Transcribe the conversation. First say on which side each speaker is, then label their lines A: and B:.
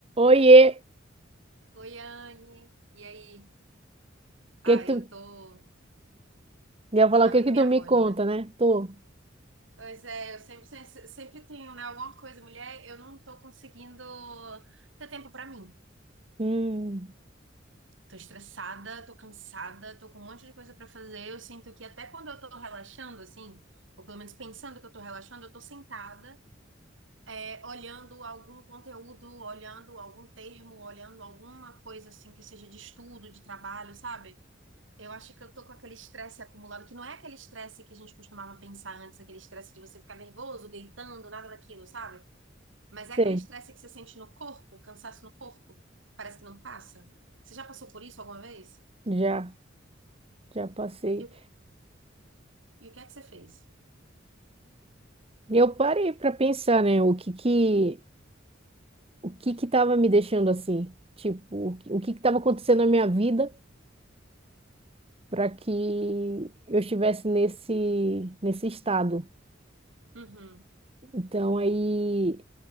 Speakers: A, on the right; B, on the right.
A: Oiê,
B: Oi, Anne. E aí? Ah,
A: que que tu
B: eu tô.
A: ia
B: Você
A: falar
B: tá
A: o que
B: vendo
A: que
B: minha
A: tu me
B: voz,
A: conta,
B: né?
A: né? Tô,
B: Pois é, eu sempre, sempre, sempre tenho, né, alguma coisa, mulher. Eu não tô conseguindo ter tempo pra mim.
A: hum,
B: Tô estressada, tô cansada, tô com um monte de coisa pra fazer. Eu sinto que até quando eu tô relaxando, assim, ou pelo menos pensando que eu tô relaxando, eu tô sentada, é, olhando algum conteúdo, olhando algum termo, olhando alguma coisa, assim, que seja de estudo, de trabalho, sabe? Eu acho que eu tô com aquele estresse acumulado, que não é aquele estresse que a gente costumava pensar antes, aquele estresse de você ficar nervoso, gritando, nada daquilo, sabe? Mas é aquele
A: sei,
B: estresse que você sente no corpo, cansaço no corpo, parece que não passa. Você já passou por isso alguma vez?
A: já, já passei.
B: E, o- e o que é que você fez?
A: E Eu parei pra pensar, né? O que que, o que que tava me deixando assim? Tipo, o que, o que que tava acontecendo na minha vida para que eu estivesse nesse nesse estado?
B: Uhum,
A: Então aí